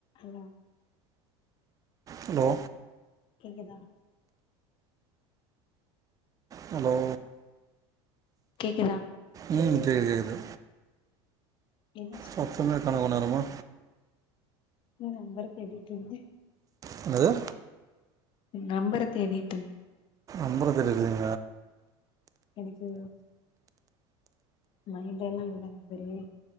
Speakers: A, on the left; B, on the right.
A: ஆமாம்
B: ஹலோ
A: கேக்குதா
B: ஹலோ
A: கேக்குதா
B: உம் கேக்குது கேக்குது
A: என்னாச்சு
B: சத்தமே கனவு நேரமா
A: நம்பர் கேட்டுடிங்க
B: இன்னது
A: நம்பற தேடிட்டு இருந்த
B: நம்பர தேடிட்டு இருந்த
A: எனக்கு மைண்ட்ல <inaudible> நம்பரே